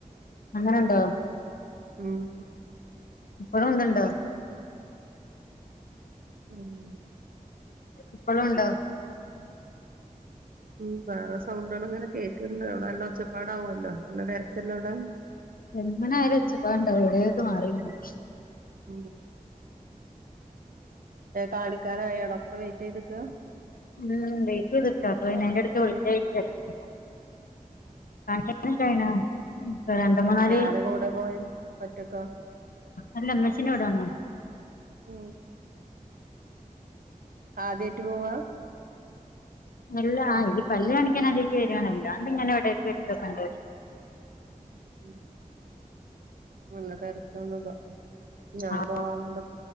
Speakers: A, on the left; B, on the right.
A: അങ്ങനണ്ടോ
B: ആം
A: പ്പളും <unintelligible> ണ്ടോ
B: ഉം
A: എപ്പോളും ഉണ്ടോ
B: ഉം വേറെ സൗണ്ടള് ഇങ്ങനെ കേൾകണ്ട് അവിടെ നല്ല ഒച്ചപാട് ആവുമല്ലോ നല്ല തിരക്കല്ലോടടെ
A: എങ്ങനെയാലും ഉച്ചപ്പാട് ഉണ്ടാവും എവിടെയൊക്ക് മാറിന്നാലും
B: ഉം ഏ കാണിക്കാനായോ ഡോക്ടറെ വെയിറ്റ്യ്ക്കാ
A: ഉം വെയ്റ്റത്ക്കാ പിന്നെ <unintelligible> <unintelligible> രണ്ട് മൂന്നാല്
B: ആരെ കൂടെ പോയി ഒറ്റക്കോ
A: അല്ല ഉമ്മച്ചിടെ വീടാണ്
B: ഉം ആദ്യമായിട്ടു പോവാ
A: അല്ല ആ ഇത് പല്ല് കാണിക്കൻ ആത്യമാ യിട്ട് വരാന്നല്ലോ അന്ന് ഇവിടെ എടുത്തുന്നുണ്ട്
B: ഉം നല്ല തെരക്കാണ് ഞാൻ
A: ആ
B: പോവാറുണ്ട്